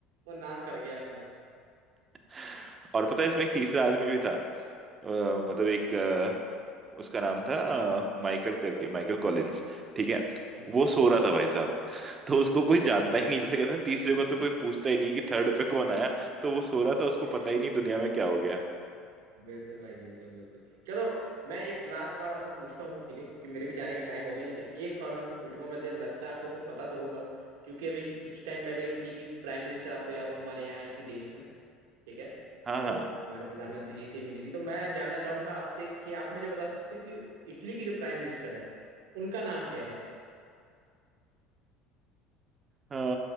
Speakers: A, on the right; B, on the right.
A: और नाम कर गया अपना
B: <laughs> और पता है इसमें एक तीसरा आदमी भी था अ, मतलब
A: हाँ।
B: एक अ, उसका नाम था अ, माइकल करके माइकल कॉलिंस ठीक है
A: हम्म
B: वो सो रहा था भाई साहब तो उसको
A: अरे
B: कोई जानता ही नहीं जैसे कहते हैं तीसरे
A: <laughs>
B: को तो कोई पूछता ही नहीं कि थर्ड पे कौन आया तो वो सो रहा था उसको
A: सही
B: पता ही नहीं दुनिया में क्या हो गया
A: बिल्कुल भाई बिल्कुल बिल्कुल चलो मैं एक लास्ट सवाल आपसे पूछता हूँ ठीक है क्योंकि मेरे भी जाने का टाइम हो गया लेकिन एक सवाल मैं आपसे पूछूंगा मुझे लगता है आपको उसको पता तो होगा क्योंकि अभी कुछ टाइम पहले इटली की प्राइम मिनिस्टर आपको याद हो हमारे यहाँ आई थी देश में ठीक है
B: हाँ
A: तो
B: हाँ
A: हमारे प्रधानमंत्री जी से ही मिली थी तो मैं जानना चाहूंगा आपसे कि आप मुझे बता सकते हैं कि इटली की जो प्राइम मिनिस्टर है उनका नाम क्या है
B: अ,